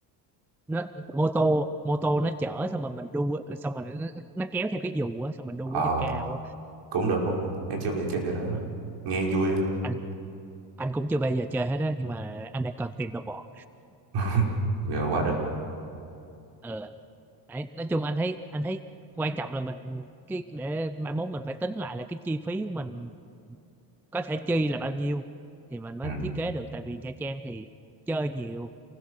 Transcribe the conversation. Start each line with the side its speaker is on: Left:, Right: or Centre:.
Centre: nó mô tô mô tô nó chở xong rồi mình đu á, xong rồi nó, nó kéo theo cái dù á xong mình đu
Right: Ờ,
Centre: ở trên cao á
Right: cũng được, cũng được. Em chưa bao giờ chơi chỗ đó.
Centre: Ờ,
Right: Nghe vui á.
Centre: anh anh cũng chưa bao giờ chơi hết á nhưng mà anh đang cần tìm đồng bọn
Right: <laughs> Giờ quá được.
Centre: ờ đấy nói chung anh thấy anh thấy quan trọng là mình cái để mai mốt mình phải tính lại là cái chi phí của mình có thể chi là bao nhiêu thì mình mới
Right: Ừ.
Centre: thiết kế được tại vì Nha Trang thì chơi nhiều